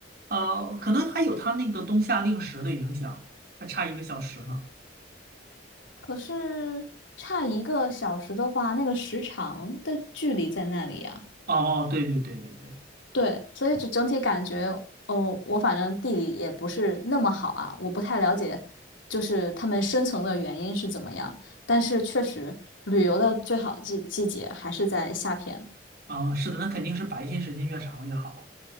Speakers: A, on the right; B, on the left.
A: 呃，可能还有它那个冬夏令时的影响，还差一个小时呢。
B: 可是差一个小时的话，那个时长的距离在那里啊。
A: 哦哦，对对对对对，
B: 对，所以就整体感觉，哦，我反正地理也不是那么好啊，我不太了解，就是他们深层的原因是怎么样。但是确实，旅游的最好季季节还是在夏天。
A: 啊，是的，那肯定是白天时间越长越好。